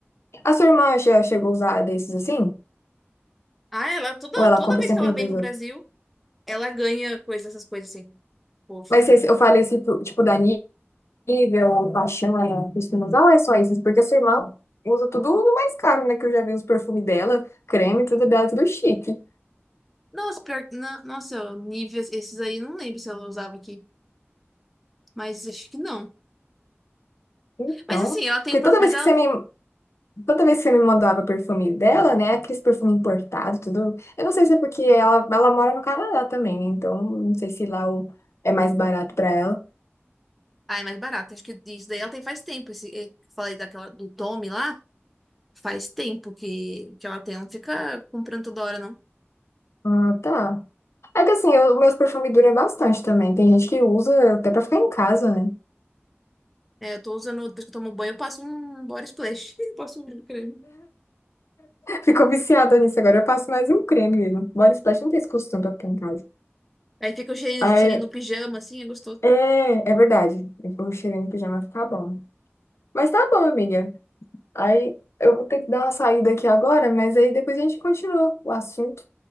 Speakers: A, on the left; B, in the centre.
A: A sua irmã já chegou a usar desses assim?
B: Ah, ela toda,
A: Ou ela
B: toda
A: compra
B: vez
A: sempre
B: que ela vem
A: dos
B: pro Brasil, ela ganha coisas, essas coisas assim. Fofo.
A: Mas se se eu falei esse tipo tipo da Nivea ou Paixão, ela costuma usar, ou é só esses? Porque sua irmã usa tudo do mais caro, né? Que eu já vi os perfumes dela, creme, tudo dela, tudo chique.
B: Nossa, pior, na- nossa, níveis, esses aí não lembro se ela usava aqui, mas acho que não.
A: Então,
B: Mas assim, ela tem,
A: porque
B: um perfu-
A: toda
B: mas
A: vez
B: ela,
A: que você
B: não-
A: me, toda vez que você me mandava perfume dela, né? Aqueles perfume importado tudo. Eu não sei se é porque ela, ela mora no Canadá também, né? Então, não sei se lá o, é mais barato pra ela.
B: ah, é mais barato. Acho que isso daí ela tem faz tempo. Esse, eu falei daquela do Tommy lá, faz tempo que que ela tem. Ela não fica comprando toda hora não.
A: Ah, tá. É que assim, eu, meus perfumes duram bastante também. Tem gente que usa até pra ficar em casa, né?
B: É, eu tô usando, depois que eu tomo banho, eu passo um body splash, <laughs> Eu passo um creme.
A: Ficou viciada nisso agora. Eu passo mais um creme mesmo. Body Splash não tem esse costume pra ficar em casa.
B: Aí fica o cheirinho,
A: Aí,
B: cheirinho no pijama, assim, é gostoso.
A: é, é verdade. Eu vou chegar no pijama ficar bom. Mas tá bom, amiga. Aí eu vou ter que dar uma saída aqui agora, mas aí depois a gente continua o assunto.